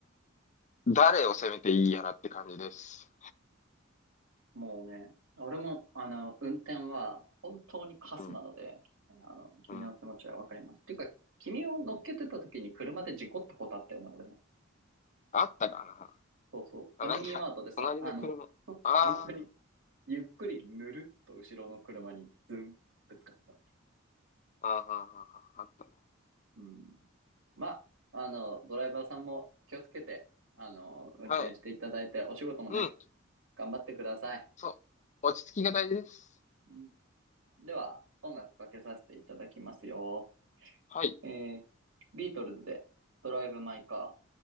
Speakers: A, on the left; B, on the right.
A: 誰を責めていいやらって感じです。
B: もうね、俺も、あの、運転は本当にカスなので、
A: うん、
B: あの、君の気持ちはわかります。
A: うん。
B: っていうか、君を乗っけてた時に車で事故ったことあったよね、俺ね。
A: あったか
B: そうそう。ファミリーマートでさ、
A: なあ、なんか、隣の車。
B: あの、ほ本当に、
A: あ
B: ゆっくりぬるっと後ろの車にズン、ぶつかった。
A: ーあー、あーあー、あーあったね。
B: うん。まあ、あの、ドライバーさんも気をつけて、あの、運転していただいて、
A: はい。
B: お仕事もね、
A: うん、
B: 頑張ってください。
A: そう。落ち着きが大事です。
B: うんでは、音楽かけさせていただきますよ。
A: はい。
B: えー、ビートルズで、ドライブ・マイ・カー。